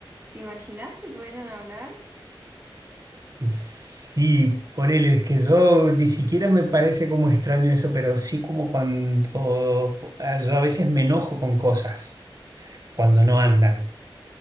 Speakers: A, on the right; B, on the right.
A: ¿Te imaginas si pudieran hablar?
B: Sí, por él es que yo ni siquiera me parece como extraño eso, pero sí como cuando ah, yo a veces me enojo con cosas cuando no andan